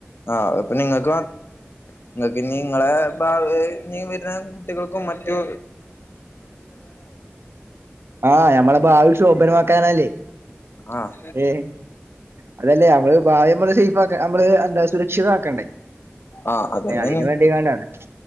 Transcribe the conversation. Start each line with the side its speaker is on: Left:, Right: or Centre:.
Left: ആഹ് അത്പ്പ നിങ്ങക്ക് നിങ്ങൾക്ക് ഇനി നിങ്ങളെ ഭാവി ഇനി വരുന്ന കുട്ടികൾക്കും മറ്റും
Right: ആഹ്... ഞമ്മളെ ഭാവി ശോഭനമാ ക്കാനല്ലേ...
Left: ആഹ്
Right: ഏഹ് അതല്ലേ നമ്മള് ഭാവി നമ്മള് സേഫ് ആഹ് നമ്മള് എന്താ സുരക്ഷിതാക്കണ്ടേ...
Left: ആഹ് അതന്നേണ്
Right: അതിന് വേണ്ടിങ്ങാണ്ടാണ്